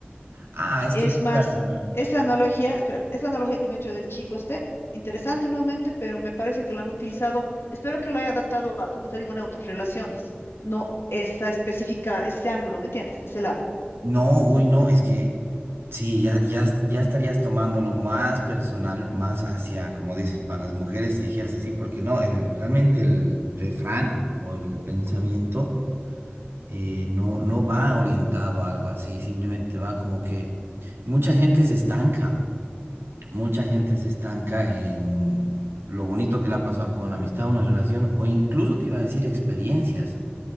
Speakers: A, on the right; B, on the left.
A: Ah, es
B: Es
A: que...
B: Vale. más,
A: ah,
B: Vale. esa analogía, espera, esa analogía que me he hecho del chico este, interesante nuevamente, pero me parece que lo han utilizado, espero que lo haya adaptado a, como te digo, neutros, relaciones, no esa específica, ese ángulo, ¿me entiendes? Ese lado.
A: No, uy, no, es que... Sí, ya, ya, ya estarías tomándolo más personal, más hacia, como dices, para las mujeres, si dijeras así, porque no, el, realmente el refrán o el pensamiento eh, no, no va orientado a algo así, simplemente va como que mucha gente se estanca. Mucha gente se estanca en lo bonito que le ha pasado con amistad, una relación, o incluso te iba a decir experiencias.